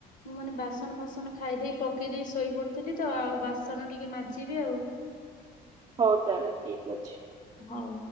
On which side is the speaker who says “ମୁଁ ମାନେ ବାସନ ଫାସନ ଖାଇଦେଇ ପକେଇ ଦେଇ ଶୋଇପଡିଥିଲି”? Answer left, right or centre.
Left